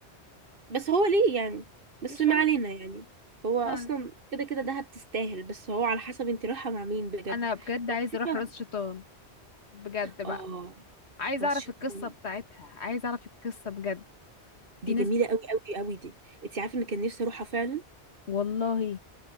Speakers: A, on the right (about 55°); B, on the left (about 75°).
A: بس هو ليه يعني بس
B: مش
A: ما
B: عارف
A: علينا يعني هو اصلا
B: ما علينا.
A: كده كده دهب تستاهل بس هو على حسب انت رايحه مع مين بجد
B: أنا بجد
A: مكتبة
B: عايزة أروح راس شيطان بجد بقى
A: اه
B: عايزة
A: راس
B: أعرف
A: شيطان
B: القصة بتاعتها عايزة أعرف القصة بجد
A: دي
B: في ناس
A: جميله قوي قوي قوي دي انت عارفه ان كان نفسي اروحها فعلا
B: والله